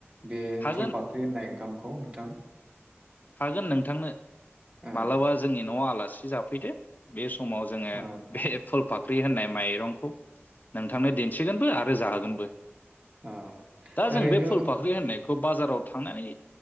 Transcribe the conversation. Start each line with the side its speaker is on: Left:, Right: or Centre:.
Right: बे
Left: हागोन
Right: फुलफाख्रि होननाय ओंखामखौ खौ नोंथां
Left: हागोन नोंथांनो
Right: औ
Left: मालाबा जोंनि न'आव आलासि जाफैदो बे सम समाव जोङो
Right: ओ
Left: बे फुलफाख्रि बे होननाय माइरंखौ नोंथांनो दिन्थिगोनबो आरो जाहोगोनबो
Right: ओ
Left: दा
Right: ओरैनो
Left: जों बे फुल फाख्रि होननायखौ बाजाराव थांनानै